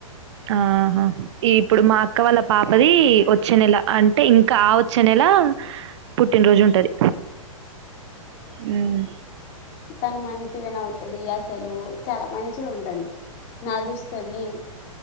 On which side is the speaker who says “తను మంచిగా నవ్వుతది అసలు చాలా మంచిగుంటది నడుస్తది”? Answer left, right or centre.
Left